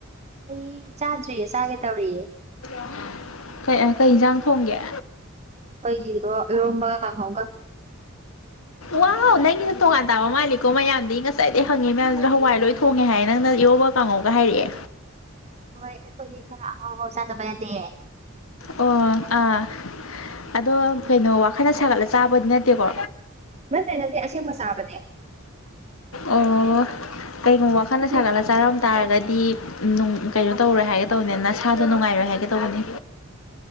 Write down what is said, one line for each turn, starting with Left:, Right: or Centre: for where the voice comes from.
Right: ꯑꯩ ꯆꯥꯗ꯭ꯔꯤꯌꯦ ꯆꯥꯒꯦ ꯇꯧꯔꯤꯌꯦ
Left: <inaudible> ꯀꯩ ꯑ ꯀꯩꯖꯥꯡ ꯊꯣꯡꯒꯦ
Right: ꯑꯩꯈꯣꯏꯒꯤꯔꯣ ꯏꯔꯣꯝꯕꯒ ꯀꯥꯡꯍꯧꯒ
Left: ꯋꯥ ꯅꯪꯒꯤꯅ ꯇꯣꯉꯥꯟ ꯇꯥꯕ ꯃꯥꯜꯂꯤꯀꯣ ꯃꯌꯥꯝꯗꯤ ꯉꯁꯥꯏꯗꯒꯤ ꯍꯪꯉꯤ ꯃꯌꯥꯝꯁꯤꯅ ꯍꯋꯥꯏ ꯂꯣꯏ ꯊꯣꯡꯉꯦ ꯍꯥꯏ ꯅꯪꯅ ꯏꯔꯣꯕ <unintelligible> ꯒ ꯍꯥꯏꯔꯛꯑꯦ
Right: ꯍꯣꯏ ꯑꯩꯈꯣꯏꯗꯤ ꯈꯔ ꯑꯍꯥꯎ ꯍꯥꯎ ꯆꯥꯗꯕ ꯌꯥꯗꯦ
Left: ꯑꯣ ꯑꯥ ꯑꯗꯣ ꯀꯩꯅꯣ ꯋꯥꯈꯜꯅ ꯁꯥꯒꯠꯂ ꯆꯥꯕꯗꯤ ꯅꯠꯇꯦꯀꯣ
Right: ꯅꯠꯇꯦ ꯅꯠꯇꯦ ꯑꯁꯦꯡꯕ ꯆꯥꯕꯅꯦ
Left: ꯑꯣ ꯀꯩꯒꯨꯝꯕ ꯋꯥꯈꯜꯅ
Right: ꯑꯩꯈꯣꯏꯗꯤ
Left: ꯁꯥꯒꯠꯂ ꯆꯥꯔꯝ ꯇꯥꯔꯒꯗꯤ ꯅꯨꯡ ꯀꯩꯅꯣ ꯇꯧꯔꯣꯏ ꯍꯥꯏꯒꯦ ꯇꯧꯕꯅꯤ ꯅꯁꯥꯗꯣ ꯅꯨꯡꯉꯥꯏꯔꯣꯏ ꯍꯥꯏꯒꯦ ꯇꯧꯕꯅꯤ